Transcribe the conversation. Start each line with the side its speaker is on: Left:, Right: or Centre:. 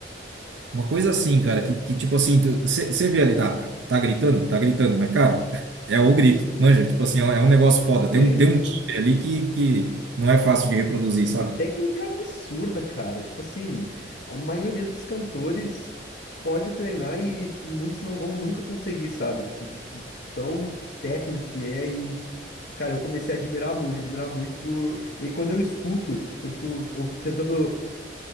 Right: Uma coisa assim, cara, que, que tipo assim, você vê ali, tá, tá gritando, tá gritando, mas, cara, <laughs> é o grito, manja, tipo assim, é um é um negócio foda, tem
Left: Sim.
Right: um, tem um timbre ali que, que não é fácil de reproduzir,
Left: É uma
Right: sabe?
Left: técnica absurda, cara. Tipo assim, a maioria dos cantores pode treinar e muitos não vão nunca conseguir, sabe? Tipo, de tão técnico que é e. Cara, eu comecei a admirar muito, admirar muito por. E quando eu escuto, eu fico ou- tentando